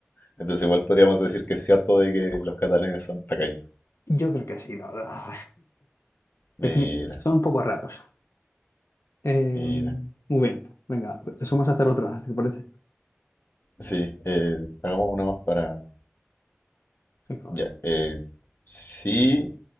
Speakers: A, on the left; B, on the left.
A: entonces igual podríamos decir que es cierto de que los catalanes son tacaños.
B: Yo creo que sí, la verdad. <laughs>
A: Mira,
B: Defini- Son un poco raros. Eh,
A: mira.
B: muy bien. Venga, vamos a hacer otra, si te parece.
A: Sí, eh,
B: Vale,
A: hagamos una más para...
B: venga,
A: Ya,
B: va.
A: eh, si